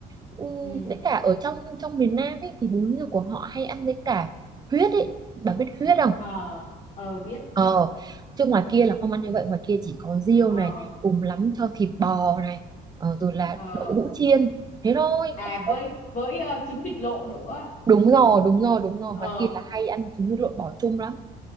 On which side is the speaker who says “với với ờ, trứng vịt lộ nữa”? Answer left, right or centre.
Left